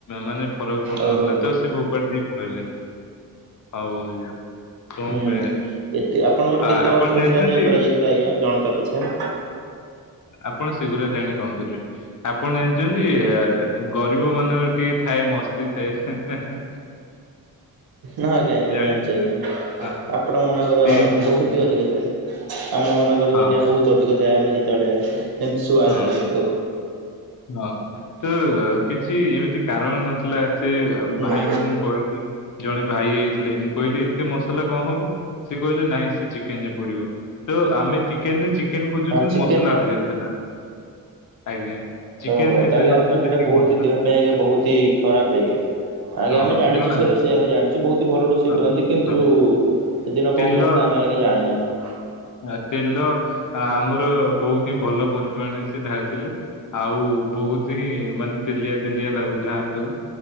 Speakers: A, on the left; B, on the right.
A: ମାନେ ଫରକ୍ ଫୋନ୍
B: ଓହୋ
A: ନଥିଲା ତ ସେ ଫୋପାଡ଼ି ଦେଇକି ପଳେଇଲେ ଆଉ କଣ
B: ହୁଁ
A: କହିବା
B: ଏତେ ଆପଣଙ୍କ ଠୁ
A: ଆ
B: କେତେ
A: ଆପଣ
B: ଅର୍ଥ
A: ଜାଣିଛନ୍ତି
B: ରାଶି ଆଦାୟ କରାଯାଇଥିଲା ଆଜ୍ଞା ଜଣକା ପିଛା?
A: ଆପଣ ସେଗୁୁରା ଜାଣି କଣ କରିବେ ଆପଣ ଜାଣିଛନ୍ତି? ଗରିବ ମାନଙ୍କ ଟିକେ ଥାଏ ମସ୍ତି ଥାଏ।
B: ନା ଆଜ୍ଞା ଆଜ୍ଞା
A: ଜାଣିଥିଲ
B: ଜାଣିଛୁ ଆଜ୍ଞା
A: ହଁ
B: ଆପଣ ମାନଙ୍କର
A: ସେଇ ଜିନିଷ
B: ବହୁତ ହି ଅଧିକ ଥାଏ। ଆମ ମାନଙ୍କର
A: ହଁ
B: ବି ଆଜ୍ଞା ବହୁତ ଅଧିକ ଥାଏ। ଆମେ ଯେତେବେଳେ ଏମିତି ସବୁ ଆୟୋଜନ
A: ହଁ।
B: କରିଥାଉ।
A: ହଁ ତ କିଛି ଏମିତି କାରଣ ନଥିଲା ସେ
B: ହୁଁ
A: ଭାଇଙ୍କୁ ମୁଁ କହିଲି ଜଣେ ଭାଇ ଆଇଥିଲେ କି କହିଲି ଏତେ ମସଲା କ ହବ? ସେ କହିଲେ ନାଇଁ ସେ ଚିକେନ ରେ ପଡିବ ତ ଆମେ ଚିକେନ ରେ ଚି କେନ ଖୋଜୁଥିଲୁ
B: ଚିକେନ
A: ମସଲା
B: ନା
A: ଅଧିକ୍ ଥିଲା ଆଜ୍ଞା। ଚିକେନ
B: ଓହୋ
A: ଏତେ
B: ତାହେଲେ
A: ନଥିଲା
B: ଆପଣ ସେଇଟା
A: ଯେତିକି
B: ବହୁତି
A: ମସଲା
B: ଦେହ ପାଇଁ ଆଜ୍ଞା ବହୁତି ଖରାପ ଆଜ୍ଞା। ଆଜ୍ଞା
A: ହଁ
B: ଆମେ ଜାଣିଛୁ
A: ଜଣା
B: ସେ ରୋଷେୟା ଙ୍କୁ ଜାଣିଛୁ ବହୁତ ଭଲ ରୋଷେଇ
A: ହଁ
B: କରନ୍ତି କିନ୍ତୁ
A: ହଁ
B: ସେଦିନ
A: ତେଲ
B: କଣ କରିଥିଲେ ଆମେ ଆଜ୍ଞା ଜାଣିିନାହୁ।
A: ଆ ତେଲ ଆମର ବହୁତ ହିଁ ଭଲ ପରିମାଣରେ ସେ ଢାଳିଥିଲେ। ଆଉ ବହୁତ ହିଁ ମାନେ ତେଲିଆ ତେଲିଆ ଲାଗୁଥିଲା ହାତକୁ।